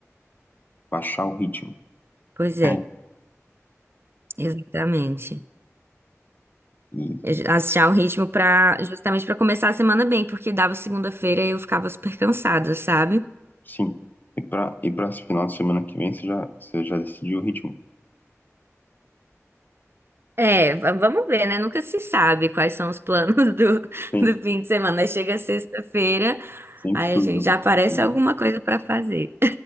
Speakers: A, on the left; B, on the right.
A: baixar o ritmo.
B: Pois é,
A: É.
B: exatamente.
A: E
B: Eu já- achar um ritmo para justamente pra começar a semana bem, porque dava segunda-feira e eu ficava super cansada, sabe?
A: Sim. E para e para esse final de semana que vem, você já, você já decidiu o ritmo?
B: É, va- vamos ver, né? Nunca se sabe quais são os planos <laughs> do,
A: Sim.
B: do fim de semana. Aí Chega sexta-feira,
A: Sempre
B: aí
A: surge
B: a gente
A: alguma
B: já aparece
A: coisa. né?
B: alguma coisa pra fazer.